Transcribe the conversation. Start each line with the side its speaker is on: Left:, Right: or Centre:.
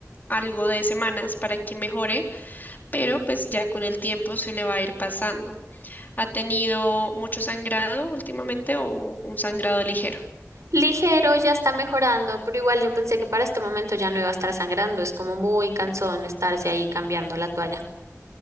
Left: algo de semanas para que mejore, pero pues ya con el tiempo se le va a ir pasando. ¿Ha tenido mucho sangrado últimamente o un sangrado ligero?
Right: Ligero, ya está mejorando, pero igual yo pensé que para este momento ya no iba a estar sangrando. Es como muy cansón estarse ahí cambiando la toalla.